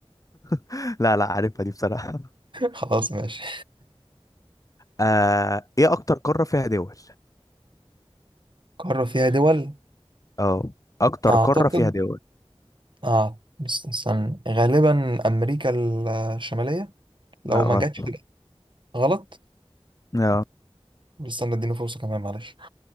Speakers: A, on the left (about 35°); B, on the right (about 50°).
A: <laughs> لا لا عارفها دي بصراحة
B: <laughs> خلاص ماشي
A: آه ايه اكتر قارة فيها دول
B: قارة فيها دول
A: اه اكتر
B: أعتقد
A: قارة فيها دول
B: آه است- استنى غالبا أمريكا الشمالية لو
A: لا
B: ما
A: غلط
B: جاتش تبقى غلط
A: لا
B: بس استنى اديني فرصة كمان معلش